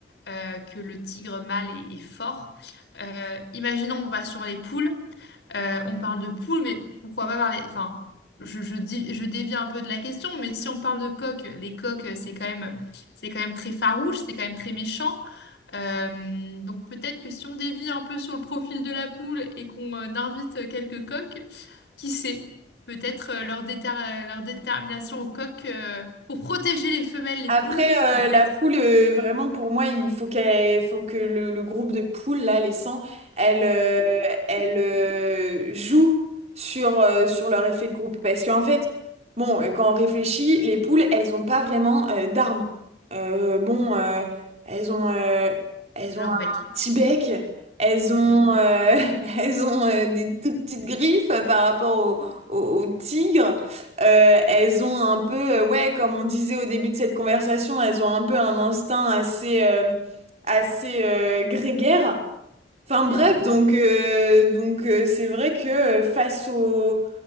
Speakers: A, on the left; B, on the right.
A: euh, que le tigre mâle est, est fort. Euh, imaginons on va sur les poules. Euh, on parle de poule, mais pourquoi pas parler... Enfin, je, je, dis, je dévie un peu de la question, mais si on parle de coq, les coqs, euh, c'est quand même, c'est quand même très farouche, c'est quand même très méchant. Euh, donc peut-être que si on dévie un peu sur le profil de la poule et qu'on euh, invite quelques coqs, qui sait, peut-être euh, leur, déter- euh, leur détermination au coq euh, pour protéger les femelles, les
B: Après,
A: poules, peut-être
B: euh, la poule, euh, vraiment, pour moi, il faut qu'elle, faut que le, le groupe de poules, là, les 100, elle, euh, elle euh, joue sur, euh, sur leur effet de groupe. Parce qu'en fait, bon, euh, quand on réfléchit, les poules, elles n'ont pas vraiment euh, d'armes. Euh, bon,
A: non,
B: euh, elles ont, euh, elles
A: leur
B: ont un
A: bec.
B: petit
A: c'est
B: bec,
A: tout.
B: elles ont,
A: Mm,
B: euh, <laughs> elles ont euh, des
A: mm.
B: toutes petites griffes par rapport aux au- au tigre. Euh, elles ont un peu, euh, ouais, comme on disait au début de cette conversation, elles ont un peu un instinct assez, euh, assez euh, grégaire. Enfin
A: Mm,
B: bref,
A: mm.
B: donc, euh, donc euh, c'est vrai que euh, face au,